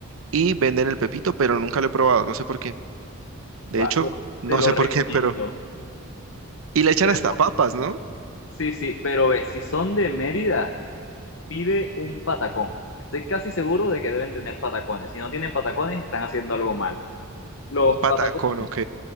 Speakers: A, on the right; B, on the left.
A: y venden el pepito, pero nunca lo he probado, no sé por qué. De
B: Va,
A: hecho,
B: bro,
A: no
B: te lo
A: sé
B: recomiendo.
A: por qué, pero... Y le echan
B: Pero-
A: hasta papas, ¿no?
B: sí, sí, pero ve, si son de Mérida, pide un patacón. Estoy casi seguro de que deben tener patacones. Si no tienen patacones, están haciendo algo mal. Los
A: Un patacón,
B: patacones,
A: ok.